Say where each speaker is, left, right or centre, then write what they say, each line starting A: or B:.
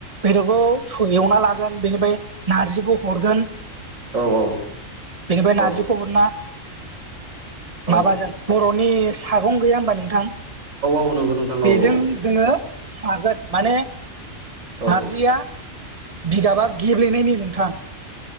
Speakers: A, on the right; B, on the right.
A: बेदरखौ एवना लागोन बेनिफ्राय नारजिखौ हरगोन।
B: औ
A: बेनिफ्राय नारजिखौ
B: औ
A: हरना
B: औ
A: माबाजों बर'नि सागं गैया होनबा नोंथां?
B: औ नंगौ नोंथां
A: बेजों
B: औ
A: जोङो सागोन माने
B: औ
A: नारजिया बिगाबा गेब्लेनायनि नोंथां।
B: औ